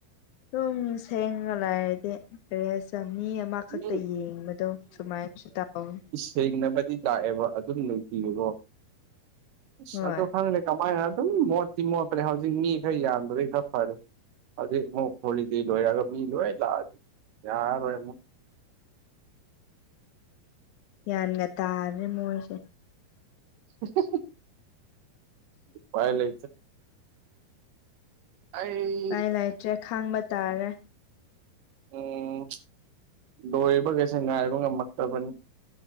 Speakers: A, on the left; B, on the right.
A: ꯑꯗꯨꯝ ꯁꯦꯡꯉꯥꯒꯥ ꯂꯥꯏꯔꯗꯤ ꯀꯔꯤ ꯍꯥꯏꯁꯤꯔꯥ ꯃꯤ ꯃꯥ ꯈꯛꯇꯥ
B: ꯃꯤ
A: ꯌꯦꯡꯕꯗꯣ ꯁꯨꯃꯥꯏꯅꯁꯨ ꯇꯥꯎꯋꯦ
B: ꯊꯦꯡꯅꯕꯗꯤ ꯂꯥꯛꯑꯦꯕ ꯑꯗꯨꯝ ꯅꯨꯡꯇꯤꯒꯤꯀꯣ ꯑꯁ
A: ꯍꯣꯏ
B: ꯑꯗꯨ ꯈꯪꯦ ꯀꯃꯥꯏꯅ ꯑꯗꯨꯝ ꯃꯣꯠꯇꯤ ꯃꯣꯠꯄ꯭ꯔꯦ ꯍꯧꯖꯤꯛ ꯃꯤ ꯈꯔ ꯌꯥꯟꯕꯩ ꯈꯔ ꯐꯔꯦ ꯑꯗꯨ ꯑꯃꯨꯛ ꯍꯣꯂꯤꯗꯤ ꯂꯣꯏꯔꯒ ꯃꯤ ꯂꯣꯏ ꯂꯥꯛꯑꯗꯤ ꯌꯥꯔꯔꯣꯏ ꯑꯃꯨꯛ
A: ꯌꯥꯌꯥꯟꯒ ꯇꯥꯔꯦ ꯃꯣꯏꯁꯦ
B: ꯎ ꯄꯥꯏ ꯂꯩꯆꯦ ꯑꯩ
A: ꯏꯥꯏ ꯂꯩꯇ꯭ꯔꯦ ꯈꯥꯡꯕ ꯇꯥꯔꯦ
B: ꯎꯝ ꯂꯣꯏꯔꯤꯕꯈꯩꯁꯦ ꯉꯥꯏꯕ ꯉꯝꯃꯛꯇꯕꯅꯤ